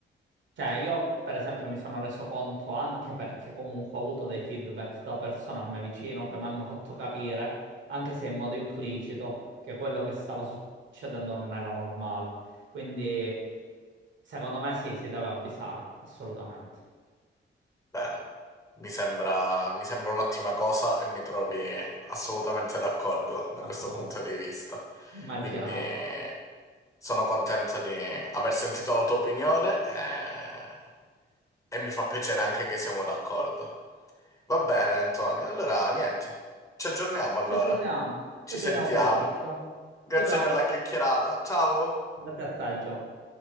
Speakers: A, on the right (about 75°); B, on the left (about 15°).
A: cioè, io, per esempio, mi sono reso conto anche perché comunque ho avuto dei feedback da persone a me vicino che mi hanno fatto capire, anche se in modo implicito, che quello che stava succedendo non era normale. Quindi secondo me sì, si deve avvisare, assolutamente.
B: Bene, mi sembra, mi sembra un'ottima cosa e mi trovi assolutamente d'accordo da
A: D'accordo,
B: questo punto di vista.
A: immaginavo.
B: Quindi eh, sono contento di aver sentito la tua opinione e, e mi fa piacere anche che siamo d'accordo. Va bene, Antonio. Allora, niente, ci aggiorniamo allora.
A: Ci aggiorniamo,
B: Ci
A: ci aggiorniamo
B: sentiamo.
A: per la prossima.
B: Grazie
A: Ciao ciao,
B: per la chiacchierata. Ciao!
A: grazie a te, Gio.